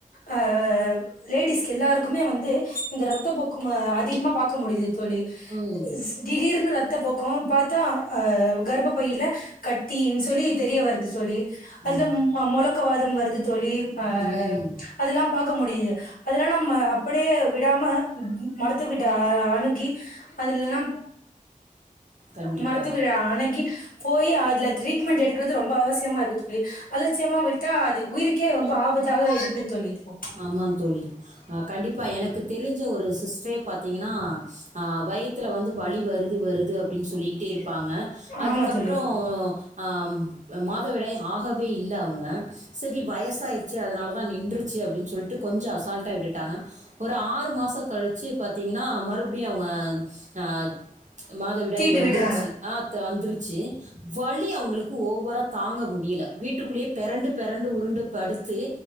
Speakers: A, on the left; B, on the right.
A: அஹ் லேடிஸ்க்கு எல்லாருக்குமே வந்து இந்த ரத்தப்போக்கு அதிகமா பாக்க முடிது தோழி
B: ம்
A: ஸ்- திடீர்னு ரத்த போக்கு பாத்தா அஹ் கர்ப்ப பையில கட்டின் தோழி தெரிய வருது தோழி அதுல
B: ஆமா.
A: முழக்கவாதம் வருது தோழி ஆ
B: ம்.
A: அதுல்லா பாக்க முடியுது அதெல்லா நம்ம அப்படியே விடாம மருத்துவக்கிட்ட அணுகி அதுலல்லாம்
B: கண்டிப்பா.
A: மருத்துவரை அணகி போய் அது ட்ரீட்மெண்ட் எடுக்குறது ரொம்ப அவசியமா இருக்கு தோழி அலட்சியமா விட்டா அது உயிருக்கே ரொம்ப ஆபத்தாக இருக்கு தோழி இப்போ
B: ஆமா தோழி அ கண்டிப்பா எனக்கு தெரிஞ்ச ஒரு சிஸ்டரே பாத்தீங்கன்னா அ வயித்துல வந்து வலி வருது வருது அப்டினு சொல்லிக்கிட்டே இருப்பாங்க அதுக்கப்பறோ
A: ஆமா தோழி
B: ஆ மாதவிடாய் ஆகவே இல்ல அவுங்க சரி வயசாயிருச்சே அதனால தா நின்று ச்சு அப்டின்னு சொல்ட்டு கொஞ்ச அசால்டா விட்டுட்டாங்க ஒரு ஆறு மாச கழிச்சு பாத்தீங்கன்னா மறுபடியு அவுங்க அ மாதவிடாய்
A: தீட்டு
B: வந்துருச்சு
A: விடுறாங்க
B: ஆ இப்ப வந்துருச்சு வலி அவுங்களுக்கு ஒவரா தாங்க முடியல வீட்டுக்குள்ளேயே பெரண்டு பெரண்டு உருண்டு படுத்து